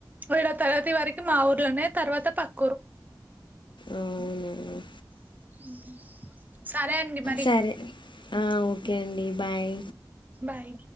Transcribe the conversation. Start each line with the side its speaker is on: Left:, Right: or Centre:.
Right: ఏడో తరగతి వరకి మా ఊర్లోనే తర్వాత పక్కూరు
Left: అవునా
Right: <inaudible> అండి మరి
Left: సరే ఆ ఓకే అండి బాయ్
Right: బాయ్